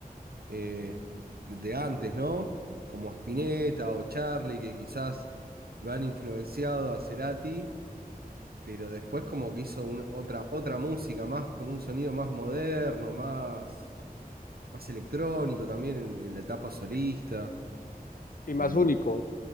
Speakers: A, on the right; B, on the left.
A: eh, de antes, ¿no? Como Spinetta o Charlie, que quizás lo han influenciado a Cerati, pero después como que hizo un- otra, otra música, más como un sonido más moderno, más, más electrónico también en, en la etapa solista.
B: y
A: Eh,
B: más único.